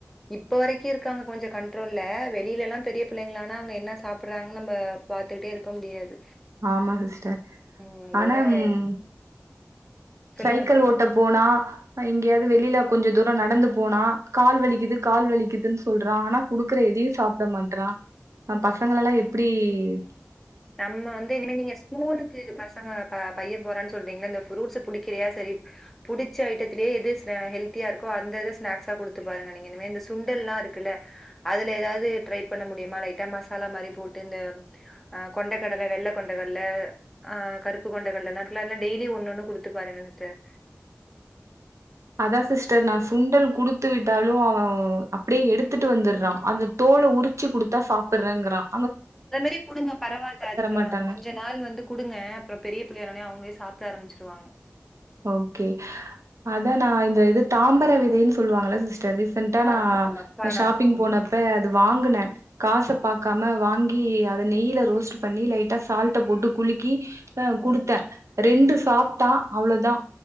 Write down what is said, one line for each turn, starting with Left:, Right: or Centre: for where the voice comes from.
Centre: இப்ப வரைக் கி இருக்காங்க கொஞ்சம் கண்ட்ரோல்ல வெளியிலலா பெரிய பிள்ளைங்களானா அவுங்க என்ன சாப்பறாங்கன்னு நம்ப பாத்துக்கிட்டே இருக்க முடியாது
Right: ஆமா சிஸ்டர்
Centre: ம். அதுதான்
Right: ஆனா ம்
Centre: சொல்லுங்க
Right: சைக்கிள்
Centre: சிஸ்டர்.
Right: ஓட்ட போனா ஆ எங்கேயாவது வெளியில கொஞ்சம் தூரம் நடந்து போனா கால் வலிக்குது கால் வலிக்குதுன் சொல்றான் ஆனா குடுக்கற எதையும் சாப்ட மாட்றான் ஆ பசங்களலா எப்டி ஏக்கி
Centre: நம்ம வந்து இனிமே நீங்க ஸ்கூலுக்கு பசங்க ப பையன் போறான் சொல்றீங்கல்ல இந்த ஃபுரூட்ஸ் புடிக்க கிலயா சரி புடிச்ச ஐட்டத்திலே எது ஹெல்தியா இருக்கோ அந்த இத ஸ்நாக்ஸா குடுத்து பாருங்க நீங்க இனிமே இந்த சுண்டல்லா இருக்குல்ல அதுல எதாவது ட்ரை பண்ண முடியுமா லைட்டா மசாலா மாரி போட்டு இந்த ஆ கொண்டக்கடல வெள்ள கொண்ட கடல ஆ கருப்பு கொண்ட கடலல்லா இருக்குல்ல அதுலா டெய்லியும் ஒண்ணு ஒண்ணு குடுத்து பாருங்க சிஸ்டர்
Right: அதா சிஸ்டர் நா சுண்டல் குடுத்து விட்டாலும் அவன் அப்டே எடுத்துட்டு வந்துறான் அந்த தோல உரிச்சி குடுத்தா சாப்பற்றேங்குறான்
Centre: அத மாரி குடுங்க பரவால்ல அதுக்கு
Right: மாட்டாங்க
Centre: கொஞ்ச நாள் வந்து குடுங்க அப்றோ பெரிய பிள்ளையானோனே அவ ங்கவே சாப்ட ஆரம்பிச்சிருவாங்க
Right: ஓகே அதா நா இந்த இது தாம்பர விதைன்னு சொல்லுவாங்க இல்ல சிஸ்டர் ரீ சண்ட்டா நா
Centre: ஆமா, ஆமா. கானா
Right: நா ஷாப்பிங்
Centre: ம்,
Right: போனப்ப அது வாங்குனேன் காச பாக்காம வாங்கி அத நெய்யில ரோஸ்ட் பண்ணி லைட்டா சால்ட்ட போட்டு குலுக்கி ஆஹ
Centre: ம்,
Right: குடுத்தன் ரெண்டு
Centre: ம்.
Right: சாப்டான் அவ்ளோதான்